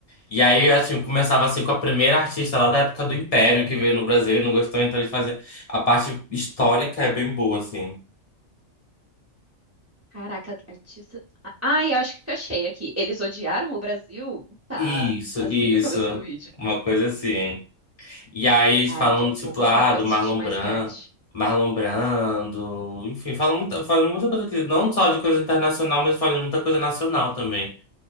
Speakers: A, on the left (about 35°); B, on the right (about 20°).
A: E aí, assim, começava assim com a primeira artista lá da época do Império que veio no Brasil e não gostou, então eles faziam. A parte histórica é bem boa, assim.
B: Caraca, artista. Ai, eu acho que achei aqui. Eles odiaram o Brasil? Tá,
A: Isso,
B: assim,
A: isso.
B: o começo do vídeo.
A: Uma coisa assim. E aí eles
B: Ai,
A: falam,
B: já
A: tipo,
B: vou colocar
A: ah,
B: no meu
A: do
B: assistir
A: Marlon
B: mais
A: Brando,
B: tarde.
A: Marlon Brando, enfim, falam muita, falam muita coisa aqui não só de coisa internacional, mas falam de muita coisa nacional também.